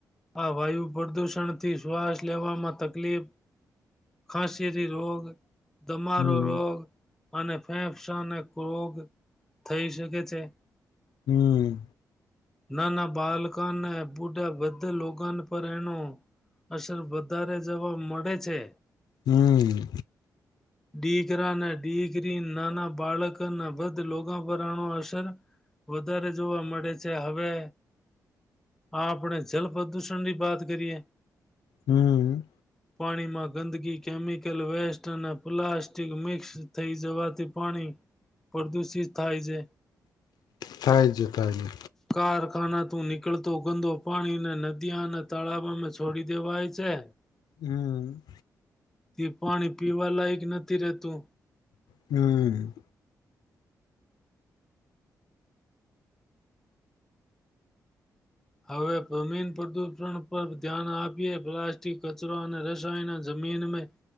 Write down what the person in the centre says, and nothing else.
આ વાયુ પ્રદૂષણથી શ્વાસ લેવામાં તકલીફ ખાંસી થી રોગ તમારો
તો અને ફેંફસાને રોગ થઈ શકે છે.
નાના બાલકોને પૂટ અહ બધે લોકાન પર એનું અસર વધારે જવા મળે છે.
દી <unintelligible> નાના બાળકના બધ લોકો પર આનો અસર વધારે જોવા મળે છે. હવે આપણે જલ પ્રદૂષણની વાત કરીએ.
પાણીમાં ગંદકી, કેમિકલ, વેસ્ટ અને પ્લાસ્ટ જે મિક્સ થઈ જવાથી પાણી એ પ્રદુષ થાય છે
કારખાના તું નીકળતો ગંદો પાણીને <unintelligible> અને તળાવમે છોડી દેવાય છે.
તે પાણી પીવા લાયક નથી થી રહેતું
હવે જમીન પ્રદૂષણ પર ધ્યાન આપીએ. પ્લાસ્ટિક, કચરો અને રસાયણ જમીન મે